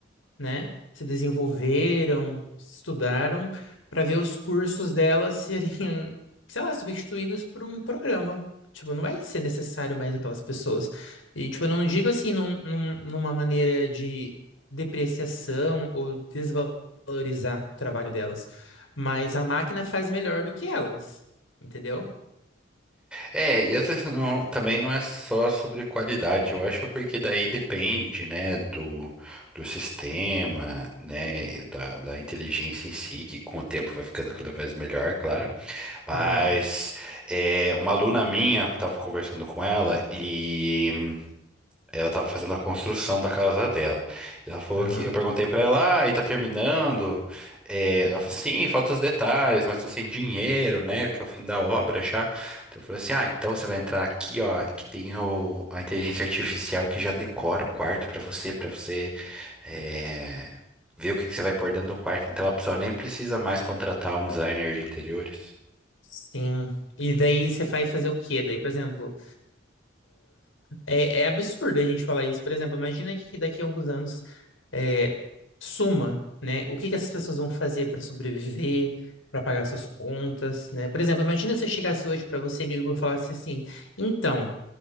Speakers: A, on the left; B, in the centre.
A: né? Se desenvolveram, estudaram para ver os cursos delas serem, <laughs> sei lá, substituídos por um programa. Tipo, não vai ser necessário mais aquelas pessoas. E, tipo, eu não digo assim num, num- numa maneira de depreciação ou desvalorizar o trabalho delas, mas a máquina faz melhor do que elas, entendeu?
B: É, e às vezes não, também não é só sobre qualidade, eu acho porque daí depende, né, do, do sistema, né, e da, da inteligência em si, que com o tempo vai ficando cada vez melhor, claro. Mas
A: Aham,
B: é, uma aluna minha, eu tava conversando com ela e ela tava fazendo a construção da casa dela. Ela falou
A: aham,
B: que eu perguntei pra ela, ah, e tá terminando? É, ela falou, sim, faltam os detalhes, mas tô sem dinheiro, né? Porque é o fim da obra já. Então eu falei assim, ah, então você vai entrar aqui, ó, que tem o, a inteligência artificial que já decora o quarto pra você, pra você é, ver o que que você vai pôr dentro do quarto. Então a pessoa nem precisa mais contratar um designer de interiores.
A: sim. E daí você vai fazer o quê? Daí, por exemplo. É, é absurdo a gente falar isso. Por exemplo, imagina que daqui a alguns anos é, suma, né? O que que essas pessoas vão fazer para sobreviver, para pagar suas contas, né? Por exemplo, imagina se eu chegasse hoje para você, amigo, e eu falasse assim: então,